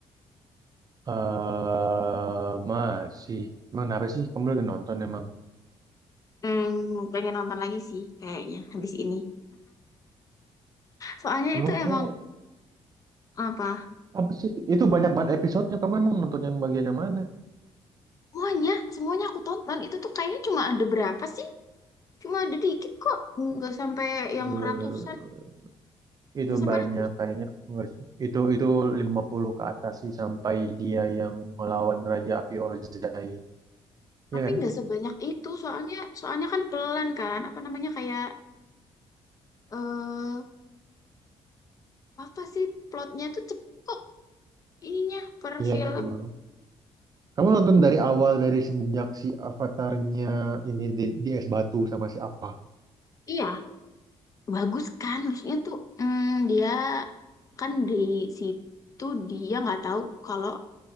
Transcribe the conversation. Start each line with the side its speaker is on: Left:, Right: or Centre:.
Right: Eh, masih. Emang kenapa sih? Kamu lagi nonton emang?
Left: Hmm, pengen nonton lagi sih kayaknya habis ini. Soalnya
Right: Emang
Left: itu
Right: kamu
Left: emang apa?
Right: apa sih? Itu banyak banget episodenya. Kamu emang nonton yang bagian yang mana?
Left: Semuanya, semuanya aku tonton itu tuh kayaknya cuma ada berapa sih? Cuma ada dikit kok, nggak sampai yang
Right: Eh,
Left: ratusan,
Right: itu
Left: nggak sampai
Right: banyak
Left: ratusan.
Right: kayaknya enggak sih. Itu itu 50 ke atas sih sampai dia yang ngelawan Raja Api Ozai. Iya
Left: Tapi
Right: kan?
Left: nggak sebanyak itu soalnya, soalnya kan pelan kan, apa namanya kayak eh apa sih plotnya tuh cepet kok ininya per
Right: Iya
Left: film.
Right: emang. Kamu nonton dari awal dari semenjak si avatarnya ini di, di es batu sama si apa?
Left: Iya. bagus kan maksudnya tuh mm, dia kan di situ dia nggak tahu kalau